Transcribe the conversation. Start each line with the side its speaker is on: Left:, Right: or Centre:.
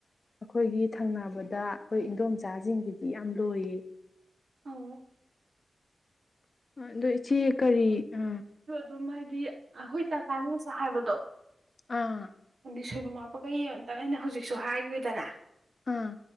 Left: ꯑꯩꯈꯣꯏꯒꯤ ꯊꯪꯅꯕꯗ ꯑꯩꯈꯣꯏ ꯏꯟꯗꯣꯝꯆꯥꯁꯤꯡꯒꯤꯗꯤ ꯌꯥꯝ ꯂꯣꯏꯌꯦ
Right: ꯑꯣ
Left: ꯑꯗꯣ ꯏꯆꯦ ꯀꯔꯤ ꯑ
Right: ꯑꯗꯨ ꯍꯥꯏꯗꯤ ꯑꯩꯈꯣꯏ ꯆ ꯆꯥꯟ ꯆ ꯍꯥꯏꯕꯗꯣ
Left: ꯑꯥ
Right: ꯑꯗꯨ ꯁꯣꯏꯕ ꯃꯄ ꯀꯩ ꯌꯦꯡ ꯑꯩꯅ ꯍꯧꯖꯤꯛꯁꯨ ꯍꯥꯏꯈꯔꯦꯗꯅ
Left: ꯑꯥ